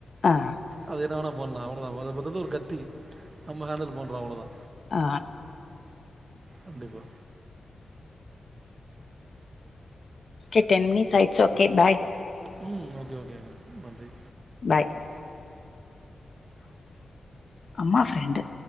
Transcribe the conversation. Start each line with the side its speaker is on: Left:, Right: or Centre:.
Left: ஆஹ்
Right: அது என்ன வேண்ணா போட்னோ அவளோதா மொதோ மொதல்ல ஒரு கத்தி நம்ம ஹேண்டில் பண்றோ அவ்ளோதா
Left: ஆ
Right: அப்டி கூட
Left: ஒகே டென் மினிட்ஸ் ஆயிட்சி ஓகே பாய்
Right: ம் ஓகே ஓகேங்க நன்றி
Left: பாய் அம்மா ஃப்ரெண்டு